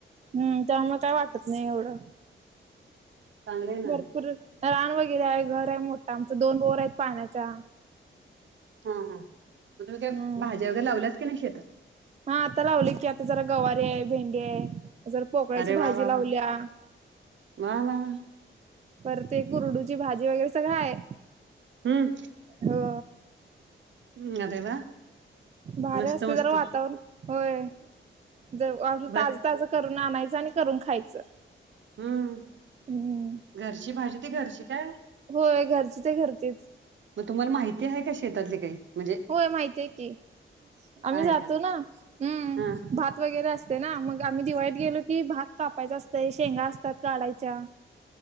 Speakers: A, on the right; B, on the right.
A: हम्म, त्यामुळे काय वाटत नाही एवढं
B: चांगले ना
A: भरपूर रान वगैरे आहे घर आहे मोठं आमच दोन बोर आहेत पाण्याच्या.
B: हा हा, मग तुम्ही काय
A: हम्म
B: भाज्या वगैरे लावल्यात की नाही शेतात?
A: हा आता लावले की, आता जरा गवारी आहे भेंडे आहे. जरा पोकळ्याची
B: अरे
A: भाजी
B: वा वा
A: लावल्या.
B: वा वा वा वा
A: परत ते कुरडूची भाजी वगैरे सगळं आहे.
B: हम्म,
A: हो.
B: हम् अरे वा!
A: भारी
B: मस्त
A: असतय
B: मस्त
A: जरा वातावरण होय. जर
B: ब
A: ताज ताजं करून आणायचं आणि करून खायचं.
B: हम्म
A: हम्म
B: घरची भाजी ती घरची काय
A: होय घरची ते घरचीच.
B: मग तुम्हाला माहिती आहे का शेतातले काही म्हणजे
A: होय माहितीय की आम्ही
B: आहे
A: जातो
B: का
A: ना हम्म
B: हा
A: वगैरे असते ना मग आम्ही दिवाळीत गेलो की भात कापायचा असतय शेंगा असतात काढायच्या.